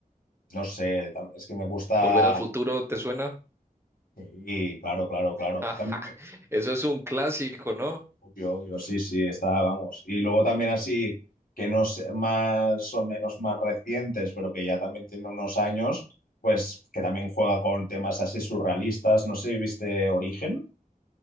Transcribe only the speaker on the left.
no sé, tam- es que me gusta.
Sí, claro, claro, claro.
También me-
Obvio, obvio, sí, sí, está, vamos. Y luego también así, que no sé, más o menos más recientes, pero que ya también tiene unos años, pues que también juega con temas así surrealistas. No sé si viste Origen.